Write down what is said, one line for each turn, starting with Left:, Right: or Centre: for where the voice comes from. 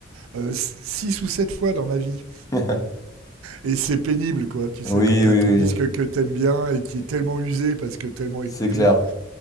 Right: euh, 6 ou 7 fois dans ma vie.
Left: <laughs>
Right: Et c'est pénible, quoi. Tu sais,
Left: Oui,
Right: quand t'as
Left: oui,
Right: ton disque
Left: oui.
Right: que t'aimes bien et qui est tellement usé parce que tellement
Left: C'est
Right: écouté,
Left: clair.